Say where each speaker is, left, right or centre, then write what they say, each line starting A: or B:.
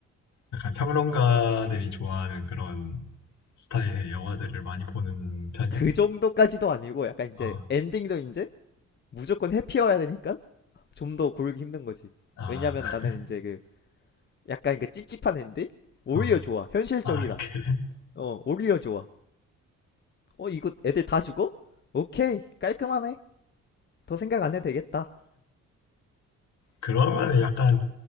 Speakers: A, on the left; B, on the left.
A: 약간 평론가들이 좋아하는 그런 스타일의 영화들을 많이 보는 편이야?
B: 그 정도까지도 아니고 약간 이제
A: 어,
B: 엔딩도 이제 무조건 해피여야 되니까 좀 더 고르기 힘든 거지.
A: 아,
B: 왜냐면 나는
A: <laughs>
B: 이제 그 약간 그 찝찝한 앤데 오히려
A: 어,
B: 좋아 현실적이다
A: 아, 그래?
B: 어 오히려 좋아 어 이거 애들 다 죽어? 오케이 깔끔하네 더 생각 안 해도 되겠다
A: 그러면 약간